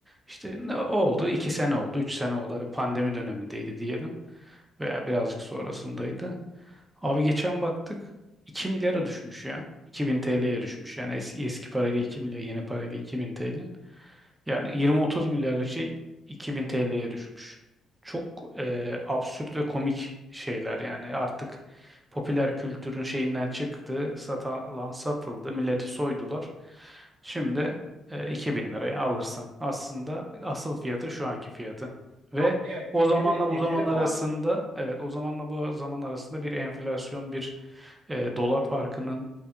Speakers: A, on the right; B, on the right.
A: İşte ne oldu 2 sene oldu 3 sene oldu Hadi pandemi dönemindeydi diyelim veya birazcık sonrasındaydı. Abi geçen baktık 2 milyara düşmüş ya 2000 TL'ye düşmüş yani es- eski parayla iki milyar yeni parayla 2000 TL. Yani 20-30 milyarlık şey 2000 TL'ye düşmüş. Çok e, absürt ve komik şeyler yani artık popüler kültürün şeyinden çıktı, satılan satıldı, milleti soydular. Şimdi e, 2000 liraya alırsın. Aslında asıl fiyatı şu anki fiyatı. Ve
B: Heh, evet
A: o
B: Eder'i
A: zamanla bu
B: Eder'i
A: zaman arasında
B: bu artık.
A: evet o zamanla bu zaman arasında bir enflasyon bir e, dolar farkının